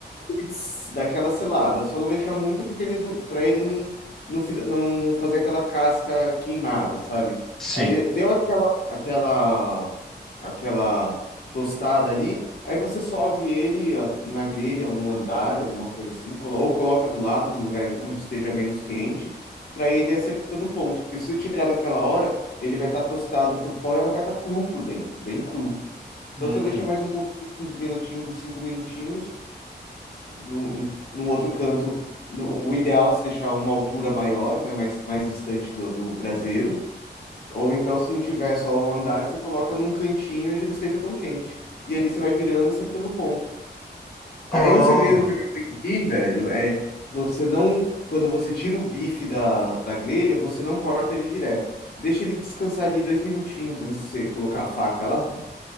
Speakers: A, on the left; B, in the centre.
A: Putz, daquela selada. Só não deixar muito porque ele, não- pra ele não, não, fiz- não fazer aquela casca queimada, sabe?
B: sim.
A: Aí deu aquela, aquela, aquela tostada ali, aí você sobe ele ah, na grelha, um andar, alguma coisa assim, colo- ou coloca do lado, num lugar onde esteja menos quente, pra ele ir acertando o ponto. Porque se você tirar naquela hora, ele vai estar tostado por fora, mas vai estar cru por dentro, bem cru. Então
B: Hum.
A: você deixa mais um pouquinho, uns minutinhos, uns cinco minutinhos num, num outro canto. no- o ideal é se deixar uma altura maior, né? Mais, mais distante do, do braseiro. Ou então, se não tiver só o andar, você coloca num cantinho onde não esteja tão quente. E ali você vai virando, acertando o ponto.
B: Ah,
A: Aí um segredo que eu aprendi, velho, é você não. Quando você tira o bife da, da grelha, você não corta ele direto. Deixa ele descansar ali dois minutinhos antes de você colocar a faca lá.